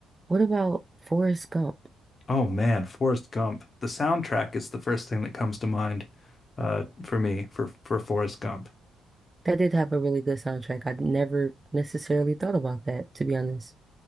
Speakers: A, on the right; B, on the left.
A: what about Forrest Gump?
B: Oh, man. Forrest Gump. The soundtrack is the first thing that comes to mind uh, for me for, for Forrest Gump.
A: That did have a really good soundtrack. I never necessarily thought about that, to be honest.